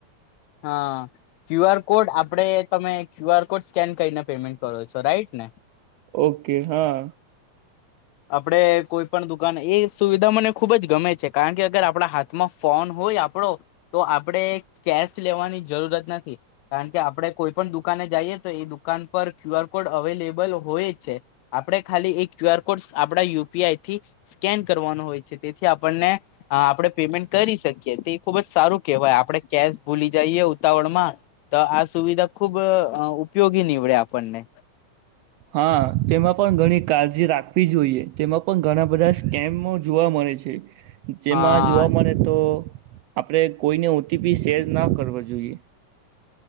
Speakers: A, on the left; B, on the right.
A: હા ક્યુ આર કોડ આપડે તમે ક્યુ આર કોડ સ્કેન કઈ <unintelligible> પેમેન્ટ કરો છો રાઈટ ને.
B: ઓકે હા
A: આપડે કોઈ પણ દુકાન એ સુવિધા મને ખુબ જ ગમે છે કારણ કે અગર આપણા હાથમાં ફોન હોય આપડો તો આપણેે કેશ લેવાની જરૂરત નથી કારણ કે આપણે કોઈ પણ દુકાને જઈએ તો એ દુકાન પર ક્યુ આર કોડ અવેલેબલ હોય જ છે આપણે ખાલી એ ક્યુ આર કોડ આપડા યુપીઆઈ થી સ્કેન કરવાનો હોય છે. તેથી આપણને આપડે પેમેન્ટ કરી શકીએ તે ખુબ જ સારું કહેવાય આપણે કેશ ભૂલી જઈએ ઉતાવળ માં તો આ સુવિધા ખુબ ઉપયોગી નીવડે આપણને.
B: હા તેમાં પણ ઘણી કાળજી રાખવી જોઈએ તેમાં પણ ઘણા બધા સ્કેમ ઓ જોવા મળે છે. જેમાં
A: હા
B: જોવા મળે તો આપડે કોઈને ઓ ટી પી શેર ના કરવો જોઈએ.